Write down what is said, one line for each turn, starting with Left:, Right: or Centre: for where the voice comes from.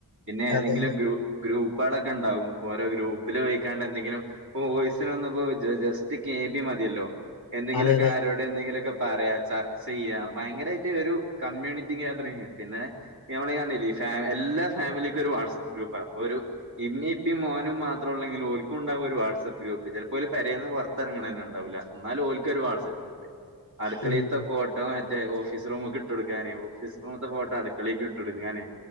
Right: പിന്നെ ഏതെങ്കിലും
Left: അതെ അതെ
Right: ഗ്രൂ ഗ്രൂപ്പുകളൊക്കെ ഉണ്ടാവും ഓരോ ഗ്രൂപ്പിൽ വഴിക്കാണ്ട് എന്തെങ്കിലും വോയിസിനന്നപ്പോ ജസ്റ്റ് കെബി മതിയല്ലോ എന്തെങ്കിലുമൊക്കെ
Left: അതെ അതെ
Right: ആരോ ടെ എന്തെങ്കിലുംക്കെ പറയാ ചർച്ച ചെയ്യാ ഭയങ്കരമായിട്ട് ഒരു കമ്മ്യൂണിറ്റി <unintelligible> പിന്നെ ഞമ്മള എല്ലാ ഫാമിലിക്കും ഒരു വാട്സ ഗ്രൂപ്പ ഇപ്പൊ ഒരു ഇമ്മിം ഇ പ്പിം മോനും മാത്രം ഉള്ളെങ്കിലും ഓൽ ക്കും ണ്ടാവും ഒരു വാട്സ്പ്പ് ഗ്രൂപ്പ് ചിലപ്പോ പേരെന്ന് പുറത്തിറങ്ങനെ ഉണ്ടാവില്ല ന്നാലും ഒല്കൊരു വാട്സ്ആപ് ഗ്രൂപ്പ് അടുകളെത്തെ
Left: ഉം
Right: ഫോട്ടോ മറ്റേ ഓഫീസ് റൂമക്ക് ഇട്ട് കൊടുക്കാന് ഫിസ്റൂമത്തെ ഫോട്ടോ അടുക്കളേക്ക് ഇട്ടൂ ഇങ്ങനെ